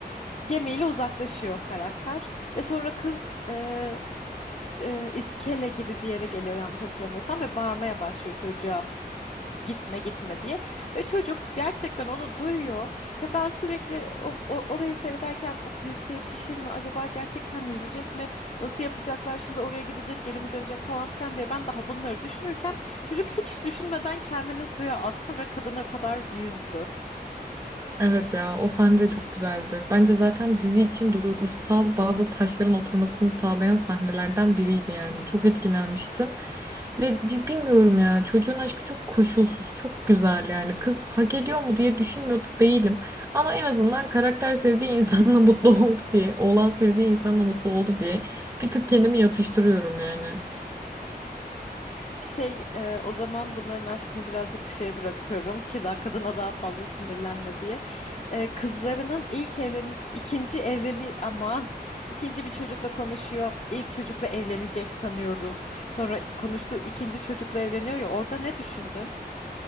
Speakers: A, on the left (about 40°); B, on the right (about 20°).
A: Gemiyle uzaklaşıyor karakter. Ve sonra kız e, e, iskele gibi bir yere geliyor yanlış hatırlamıyorsam ve bağırmaya başlıyor çocuğa gitme gitme diye ve çocuk gerçekten onu duyuyor ve ben sürekli o, o- orayı seyrederken of yüzse yetişir mi acaba gerçekten yüzecek mi nasıl yapacaklar şimdi oraya gidecek geri mi dönecek falan filan diye ben daha bunları düşünürken çocuk hiç düşünmeden kendini suya attı ve kadına kadar yüzdü.
B: Evet ya o sahne de çok güzeldi. Bence zaten dizi için duygusal bazı taşların oturmasını sağlayan sahnelerden biriydi yani. Çok etkilenmiştim. Ve bi- bilmiyorum ya çocuğun aşkı çok koşulsuz, çok güzel yani. Kız hak ediyor mu diye düşünmüyordu değilim. Ama en azından karakter sevdiği insanla <laughs> mutlu oldu diye, oğlan sevdiği insanla mutlu oldu diye bir tık kendimi yatıştırıyorum yani.
A: Şey, e, o zaman bunların aşkını birazcık şeye bırakıyorum ki daha kadına daha fazla sinirlenme diye. E, kızlarının ilk evleni ikinci evliliği aman ikinci bir çocukla konuşuyor. İlk çocukla evlenecek sanıyoruz. Sonra konuştuğu ikinci çocukla evleniyor ya orada ne düşündün?